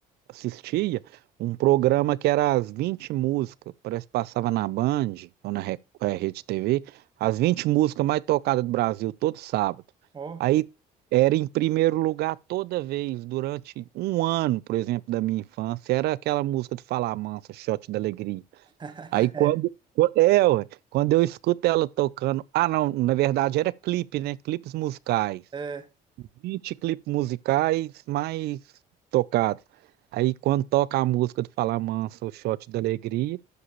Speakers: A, on the right; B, on the right.
A: assistia um programa que era as 20 músicas, parece que passava na Band ou na Re- eh, Rede TV, as 20 músicas mais tocadas do Brasil todo sábado.
B: ó.
A: Aí era em primeiro lugar toda vez, durante um ano, por exemplo, da minha infância, era aquela música do Fala Mansa, Shot da Alegria.
B: <laughs>
A: Aí quando
B: É,
A: quan- é, ué, quando eu escuto ela tocando, ah não, na verdade era clipe, né? Clipes musicais.
B: é,
A: vinte clipes musicais mais tocados. Aí quando toca a música do Fala Mansa, o Shot da Alegria,